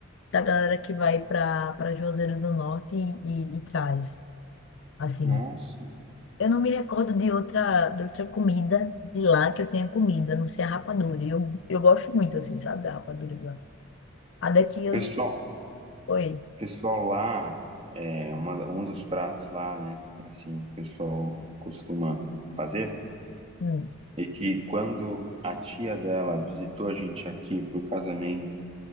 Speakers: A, on the left; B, on the right.
A: da galera que vai para para Juazeiro do Norte e, e, e traz. Assim,
B: Nossa.
A: eu não me recordo de outra, de outra comida de lá que eu tenha comido, a não ser a rapadura. E Eu, eu gosto muito, assim, sabe, da rapadura de lá. A daqui eu...
B: Pessoal,
A: Oi.
B: pessoal lá, é uma, um dos pratos lá, né, assim, o pessoal costuma fazer.
A: Hum.
B: E que quando a tia dela visitou a gente aqui pro casamento,